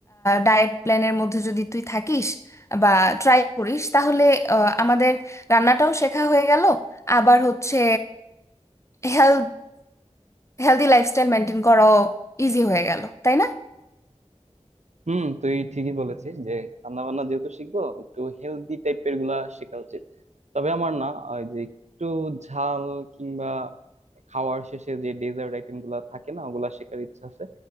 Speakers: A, on the left (about 25°); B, on the right (about 75°).
A: ডায়েট প্ল্যানের মধ্যে যদি তুই থাকিস বা ট্রাই করিস তাহলে আহ, আমাদের রান্নাটাও শেখা হয়ে গেল আবার হচ্ছে হেলথ হেলদি লাইফস্টাইল মেনটেন করাও ইজি হয়ে গেল তাই না
B: হুম তুই ঠিকই বলেছিস যে রান্না বান্না যেহেতু শিখবো একটু হেলদি টাইপের গুলা শেখা উচিত তবে আমার না ওই যে একটু ঝাল কিংবা খাওয়ার শেষে যে ডেজার্ট আইটেম গুলা থাকে না ওগুলা শেখার ইচ্ছা আছে